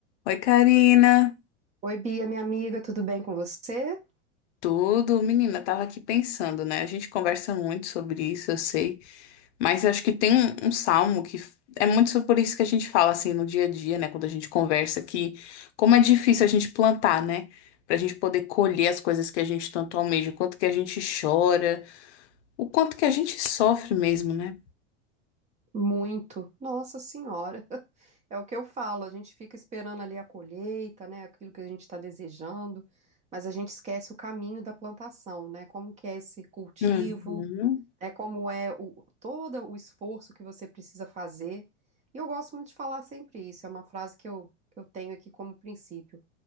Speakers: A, on the left (about 65°); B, on the right (about 20°).
A: Oi, Karina.
B: Oi, Bia, minha amiga, tudo bem com você?
A: Tudo? Menina, tava aqui pensando, né? A gente conversa muito sobre isso, eu sei, mas acho que tem um, um salmo que f- é muito sobre- por isso que a gente fala assim no dia a dia, né? Quando a gente conversa que como é difícil a gente plantar, né? Pra gente poder colher as coisas que a gente tanto almeja, o quanto que a gente chora, o quanto que a gente sofre mesmo, né?
B: Muito. Nossa Senhora. <laughs> É o que eu falo, a gente fica esperando ali a colheita, né? Aquilo que a gente está desejando, mas a gente esquece o caminho da plantação, né? Como que é esse cultivo,
A: Uhum,
B: né? Como é o, todo o esforço que você precisa fazer. E eu gosto muito de falar sempre isso, é uma frase que eu, que eu tenho aqui como princípio.